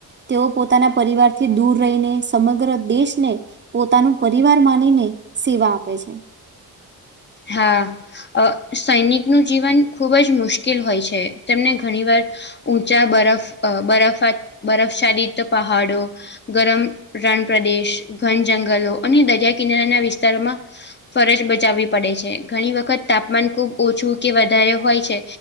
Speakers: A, on the right; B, on the left.
A: તેઓ પોતાના પરિવારથી દૂર રહીને સમગ્ર દેશને પોતાનું પરિવાર માનીને સેવા આપે છે.
B: હા સૈનિકનું જીવન ખૂબ જ મુશ્કેલ હોય છે, તેમને ઘણીવાર ઊંચા બરફ બરફ બરફશાલીત પહાડો ગરમ રણપ્રદેશ ઘન જંગલો અને દરિયાકિનારાના વિસ્તારોમાં ફરજ બજાવે પડે છે, ઘણી વખત તાપમાન ખૂબ ઓછું કે વધારે હોય છે.